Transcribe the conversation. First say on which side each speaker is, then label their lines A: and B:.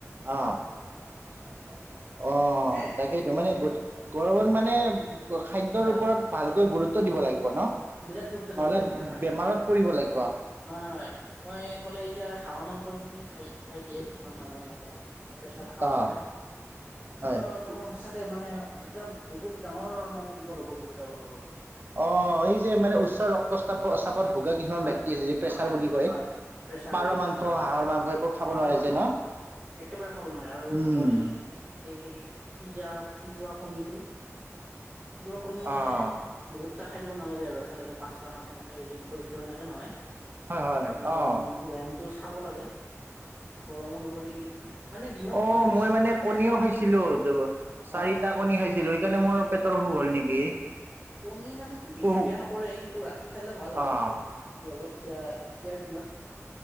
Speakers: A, on the right; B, on the right.
A: অ-অ,
B: সেইটোৱে
A: তাকে তোমাৰ গৰমত মানে খাদ্যৰ
B: হয়
A: ওপৰত ভালকৈ গুৰুত্ব দিব লাগিব ন,
B: বিৰাট গুৰুত্ব
A: নহলে
B: দিব লাগে হয় হয়
A: বেমাৰত
B: হয়
A: পৰিব লাগি
B: হয়, হয়, মই ক'লে এতিয়া হাঁহৰ মাংস যদি খাই খাই দিয়ে কিছুমান কিমান মানুহে নাখেই। মানে প্ৰেছাৰ থকা
A: অঁ
B: মানুহে,
A: হয়
B: অ মানুহে সঁচাকে মানে এটা বহুত ডাঙৰ মানে বিপদ হ'ব কিন্তু তেওঁলোকৰ বাবে।
A: অ, এই যে মানে উচ্চ ৰক্তচাপ চাপত ভোগা কিছুমান
B: হয়
A: ব্যক্তি আছে যে প্ৰেছাৰ
B: হয়
A: বুলি কয়।
B: হয় প্ৰেছাৰ
A: পাৰ
B: বুলি কয়
A: মাংস,
B: হয় হয়
A: হাঁহৰ মাংস এইবোৰ খাব
B: পাৰ
A: নোৱাৰে
B: মাংস
A: যে ন।
B: একেবাৰে খাব নোৱাৰে আৰু
A: উম
B: বইল, এই হেৰি সিজা সিজোৱা কণীটো <unintelligible> কণী মানে
A: অঁ
B: বহুত খাই দিব নালাগে আৰু একেলগে পাঁচটা মান, সেনেকে জিম কৰিছো সেনেকে নহয়।
A: হয় হয়
B: এ
A: অঁ
B: গৰম গৰমটো চাব লাগে, গৰম অনুসৰি মানে দিনত
A: অ
B: বেছিভাগ
A: মই মানে কণীও
B: সেনেকা
A: খাইছিলো, চাৰিটা
B: হয়
A: কণী খাইছিলো সেইকাৰণে মোৰ পেটৰ হ'ল নেকি?
B: কণী মানে কি বেছি
A: কুহু
B: বেয়া নকৰে। কিন্তু ৰাত ৰুটি খালে ভাল আৰু
A: অঁ
B: কণীটোৰ মানে কি, আৰু এতিয়া এতিয়াৰ দিনত